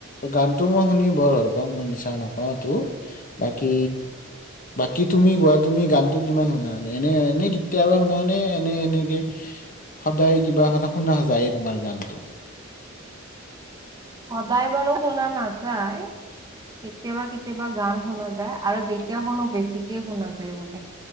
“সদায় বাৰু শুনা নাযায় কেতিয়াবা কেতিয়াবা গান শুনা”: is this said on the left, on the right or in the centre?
Right